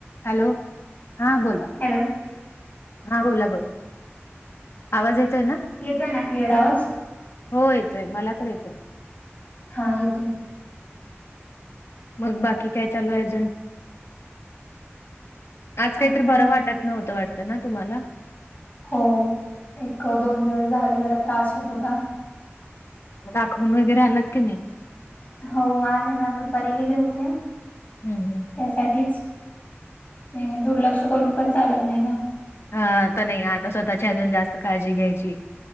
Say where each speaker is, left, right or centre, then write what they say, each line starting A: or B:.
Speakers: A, on the left (about 65°); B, on the left (about 40°).
A: Hello हा बोला
B: hello
A: हा बोला ब आवाज येतोय ना
B: येतोय ना पिअर आवाज
A: हो येतोय मला तर येतोय
B: हा येतोय
A: मग बाकी काय चालू आहे अजून आज काहीत
B: आता
A: बरं वाटत नव्हतं वाटतं ना तुम्हाला
B: हो एक दोन दिवस झाले जरा त्रास होत होता
A: दाखवून वगैरे आलात की नाही
B: हो आले ना दुपारी गेले होते
A: ह ह
B: त्यासाठीच ते दुर्लक्ष करून पण चालत नाही ना
A: अ तर नाही आता स्वतःची अजून जास्त काळजी घ्यायची